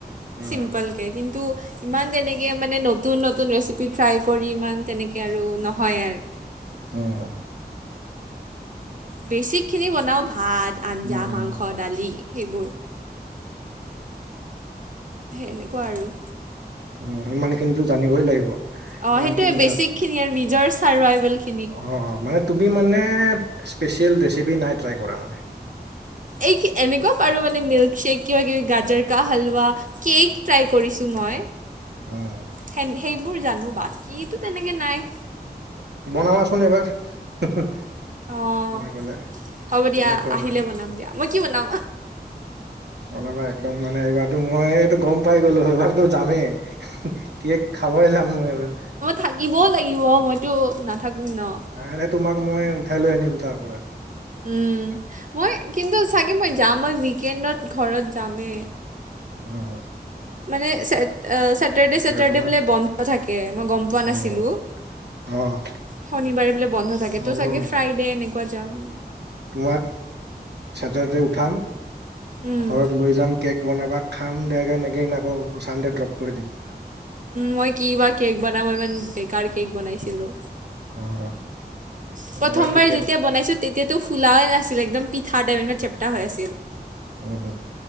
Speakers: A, on the right (about 85°); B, on the right (about 50°).
A: উম
B: চিম্পলকৈ, কিন্তু ইমান তেনেকে মানে নতুন নতুন ৰেচিপি ট্ৰাই কৰি ইমান তেনেকে আৰু নহয় আৰু।
A: অ'।
B: বেছিকখিনি বনাওঁ ভাত, আঞ্জা,
A: হুম, হুম,
B: মাংস, দালি সেইবোৰ। সেনেকুৱা আৰু।
A: উম, ইমান খিনিতো জানিবই লাগিব।
B: অ'
A: ইমানখিনি
B: সেইটোয়ে বেছিক খিনি আৰু নিজৰ চাৰভাইভেল খি
A: অ', অ', মানে তুমি মানে স্পেচিয়েল ৰেচিপি নাই ট্ৰাই কৰা মানে?
B: এই এনেকুৱা পাৰো মানে মিল্কশ্বেক কিবা কিবি গাজাৰ কা হালৱা কেক ট্ৰাই কৰিছোঁ মই।
A: উম।
B: সে সেইবোৰ জানো, বাকীতো তেনেকে নাই।
A: বনাবাচোন এবাৰ, হা হা,
B: অঁ
A: মই গ'লে।
B: হ'ব দিয়া
A: বনাই খুৱাবা।
B: আহিলে বনাম দিয়া মই কি বনাম।
A: কোনোবা একদম মানে এইবাৰতো মই এইটো গ'ম পাই গ'লো এইবাৰতো যামেই। কেক খাবই যাম মই এইবাৰ।
B: থাকিবও লাগিব মইতো নাথাকিম ন'।
A: আৰে তোমাক মই উঠাই লৈ আনিম তাৰ পৰা।
B: উম, মই কিন্তু চাগে মই যাম মই উইকেণ্ডত ঘৰত যামেই।
A: উম।
B: মানে ছে ছেটাৰডে ছেটাৰডে
A: তোমাক
B: বোলে বন্ধ থাকে মই গ'ম পোৱা
A: অ',
B: নাছিলোঁ।
A: অ'।
B: শনিবাৰে বোলে বন্ধ থাকে
A: হ'ব
B: ত' চাগে ফ্ৰাইডে এনেকুৱা যাম।
A: তোমাক ছেটাৰডে উঠাম
B: উম
A: ঘৰত লৈ যাম কেক বনাবা খাম দেগে এনেকে আকৌ চানডে ড্ৰপ কৰি দিম।
B: মই কি বা কেক বনাব ইমান বেকাৰ কেক বনাইছিলোঁ।
A: অ', অ'।
B: প্ৰথমবাৰ
A: এইবাৰতো কেক
B: যেতিয়া বনাইছোঁ তেতিয়াতো ফুলাই নাছিল একদম পিঠা চেপটা হৈ আছিল।
A: উম,